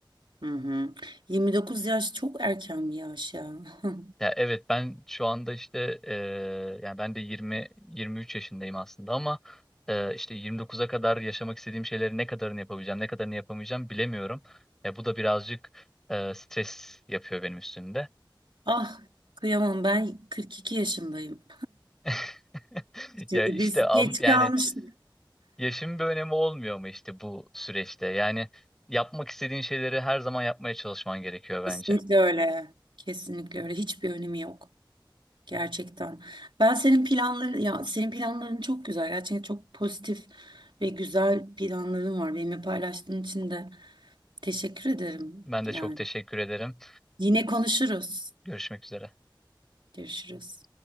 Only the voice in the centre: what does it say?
Ya evet ben şu anda işte e, yani ben de 20 23 yaşındayım aslında ama e, işte 29'a kadar yaşamak istediğim şeyleri ne kadarını yapabileceğim, ne kadarını yapamayacağım bilemiyorum. Ya bu da birazcık e, stres yapıyor benim üstümde.
<laughs>
Ya işte
am,
yani
yaşın bir önemi olmuyor mu işte bu süreçte? Yani yapmak istediğin şeyleri her zaman yapmaya çalışman gerekiyor bence.
Ben
de çok teşekkür ederim.
Görüşmek üzere.